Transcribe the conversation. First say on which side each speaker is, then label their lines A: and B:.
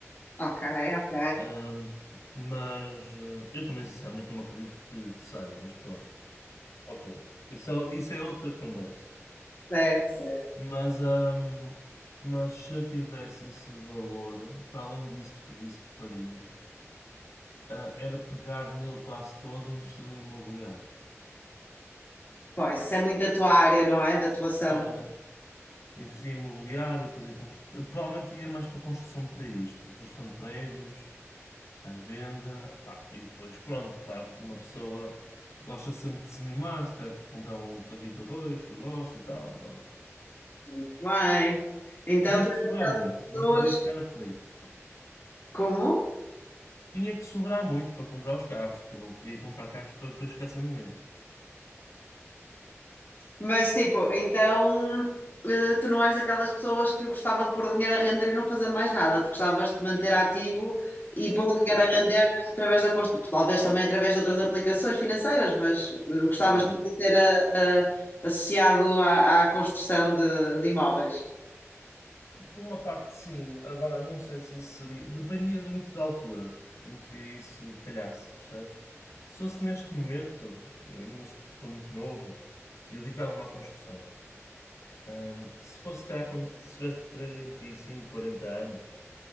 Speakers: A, on the left; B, on the left.
A: Ok, ok,
B: Ahm, mas eh, eu também sinceramente não me acredito que, que saia, mas pronto. Ok. Isso é, isso é outra conversa.
A: certo, certo.
B: Mas, ahm, mas se eu tivesse esse valor, para além disso que te disse que faria, ah, era pegar nele quase todo e investi-lo em imobiliário.
A: Pois, isso é muito a tua área, não é? Da atuação.
B: Ah, Investir em imobiliário, fazer constru... Provavelmente ia mais para construção de raiz, construção de prédios, a venda, pá, e depois pronto, claro que uma pessoa gosta sempre de se mimar, se quer comprar um carrito a dois que gosta e tal, pronto.
A: Muito bem. Então,
B: Tinha
A: tu
B: que
A: és
B: sobrar
A: aquelas
B: muito, não
A: pessoas.
B: podia ficar aflito.
A: Como?
B: Tinha que sobrar muito para comprar os carros, porque eu não queria comprar carros para, para ficar sem ninguém.
A: Mas tipo, então eh, tu não és daquelas pessoas que gostava de pôr dinheiro a render e não fazer mais nada. Tu gostavas de manter ativo e pôr o dinheiro a render através da, const- talvez também através de outras aplicações financeiras, mas eh, gostavas
B: Olha,
A: de manter a- a- associado à, à construção de, de imóveis.
B: Por uma parte, sim. Agora, não sei se isso seria. Dependia muito da altura em que isso calhasse, percebes? Se fosse neste momento, eu ainda sou muito novo e eu dedicava-me à construção. Ahm, se fosse, se calhar, quando tivesse 35 40 anos,